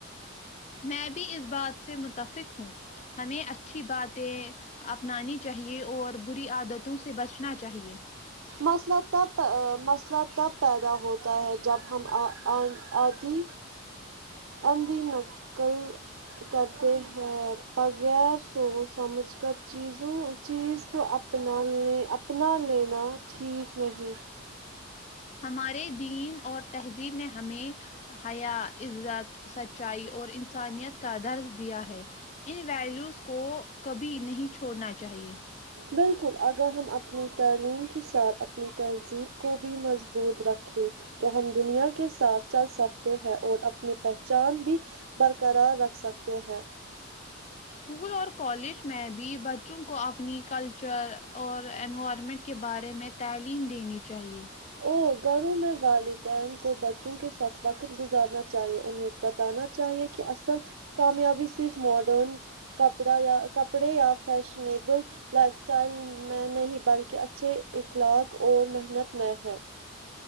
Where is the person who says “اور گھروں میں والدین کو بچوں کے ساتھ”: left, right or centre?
Right